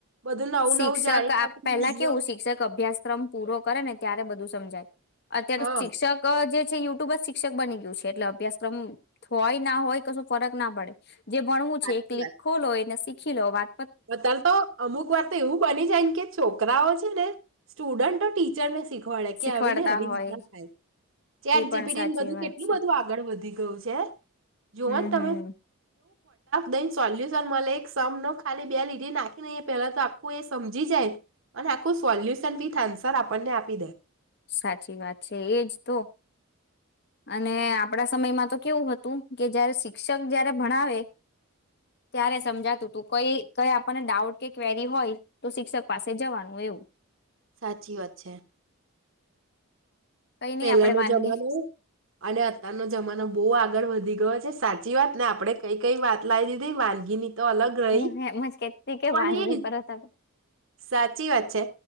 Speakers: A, on the right; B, on the left.
A: બધું નવું
B: શિક્ષક
A: નવું જાણી શકે વિડીયો
B: પેલા કેવું શિક્ષક અભ્યાસક્રમ પૂરો કરે ને ત્યારે બધું સમજાય. અત્યારે
A: હા
B: શિક્ષક જે યુટુબ જ શિક્ષક બની ગયુ છે. એટલે અભ્યાસક્રમ હોય ના હોય કશું ફરક ના પડે. જે ભણવું
A: સાચી
B: છે એક લીખો
A: વાત
B: લો એને શિરો ભાત
A: અત્યારે તો અમુક વાર તો એવું બની જાય કે છોકરાઓ છે ને સ્ટુડન્ટ ટીચર ને શીખવાડે કે
B: શીખવાડતા
A: આવીને રીત
B: હોય
A: થાય ચેટ
B: એ પણ
A: જિ પી ટી
B: સાચી
A: બધું
B: વાત
A: કેટલું
B: છે
A: બધું આગળ વધી ગયું છે જોવા
B: હમ
A: તમે
B: હમ
A: એવું. બેન સોલ્યુસન મલે એક સમનો ખાલી બે લીટી નાખીને એ પેલા તો આખું એ સમજી જાય અને આખું સોલ્યુશન વિથ આન્સર આપણને આપી દે.
B: સાચી વાત છે એજ તો અને આપડા સમયમાં તો કેવું હતું કે જયારે શિક્ષક જયારે ભણાવે ત્યારે સમજાતું હતું કઈ કઈ આપણને ડાઉટ કે ક્વેરી હોય તો શિક્ષક પાસે જવાનું એવું.
A: સાચી વાત છે.
B: કઈ નઈ
A: પેલા
B: આપડે
A: નો
B: વાનગી
A: જમાનો અને અતાર નો જમાનો બો આગ આગળ વધી ગયો છે સાચી વાત ને આપણે કઈ કઈ વાત લાવી દીધી વાનગીની તો અલગ રહી
B: હું એમ જ કેતી કે
A: પણ
B: વાનગી
A: એ
B: પર હતા
A: સાચી વાત છે.